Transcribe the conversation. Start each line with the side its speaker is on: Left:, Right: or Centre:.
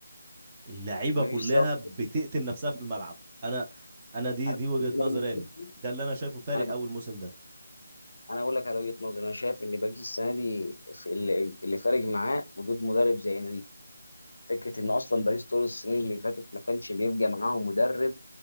Right: اللعيبه
Left: مفيش
Right: كلها
Left: سبب
Right: بتقتل نفسها في الملعب انا انا دي
Left: انا
Right: دي وجهة
Left: أنا
Right: نظري
Left: بالنسبه
Right: انا
Left: لي
Right: ده اللي انا شايفه فارق
Left: انا
Right: اول موسم ده
Left: انا اقول لك على وجهه نظري انا شايف ان باريس السنه دي في اللي اللي فارق معاه وجود مدرب زي انريكي فكره ان اصلا باريس طول السنين اللي فاتت ما كانش بيبقى معاهم مدرب